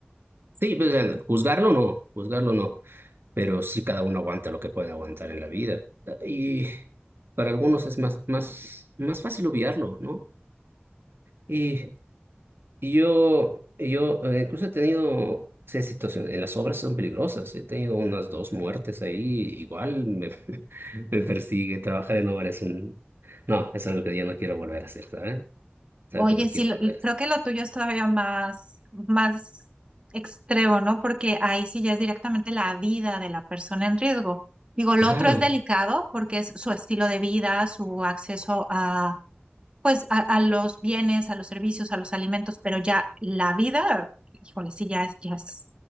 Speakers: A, on the right (about 65°); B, on the right (about 25°).
A: Sí, pues, eh, juzgarlo no, juzgarlo no, pero sí cada uno aguanta lo que puede aguantar en la vida. Y para algunos es más, más, más fácil obviarlo, ¿no? Y, y yo, y yo eh, incluso he tenido esa situación, en las obras son peligrosas, he tenido unas dos muertes ahí, igual me, <laughs> me persigue, trabajar en obra es un... No, es algo que ya no quiero volver a hacer, ¿sabes? Es
B: Oye,
A: algo que no
B: sí,
A: quiero
B: lo-
A: volver
B: lo-
A: a
B: creo
A: hacer.
B: que lo tuyo es todavía más, más extremo, ¿no? Porque ahí sí ya es directamente la vida de la persona en riesgo. Digo, lo
A: Claro.
B: otro es delicado porque es su estilo de vida, su acceso a, pues, a, a los bienes, a los servicios, a los alimentos, pero ya la vida, híjole, sí, ya es, ya es